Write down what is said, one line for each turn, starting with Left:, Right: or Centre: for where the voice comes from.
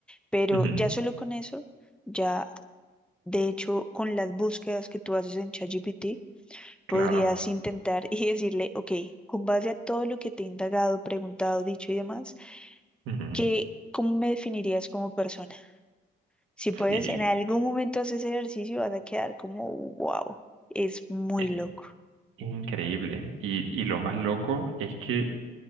Centre: pero
Right: Ujú,
Centre: ya solo con eso, ya, de hecho, con las búsquedas que tú haces en ChatGPT,
Right: claro.
Centre: podrías intentar <laughs> y decirle, ok, con base a todo lo que te he indagado, preguntado, dicho y demás,
Right: ujú,
Centre: ¿qué, cómo me definirías como persona? Si puedes,
Right: Sí,
Centre: en algún momento haces ejercicio, vas a quedar como, wow, es muy
Right: es
Centre: loco.
Right: increíble. Y, y lo más loco es que